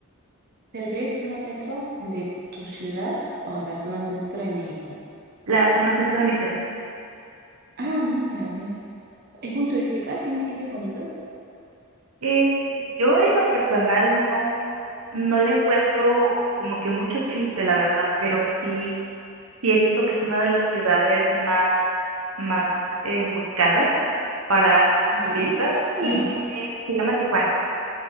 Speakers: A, on the right; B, on the right.
A: te refieres a zona centro de tu ciudad o a la zona centro de México?
B: la zona centro de mi ciudad.
A: Ah, mira, ve. ¿Es muy turística? ¿Tiene sitios bonitos?
B: Eh, yo en lo personal no, no le encuentro como que mucho chiste, la verdad, pero sí sí he visto que es una de las ciudades más, más eh, buscadas para
A: ¿Ah, sí?
B: turistas
A: ¿Cómo se
B: y
A: llama?
B: tiene, se llama Tijuana.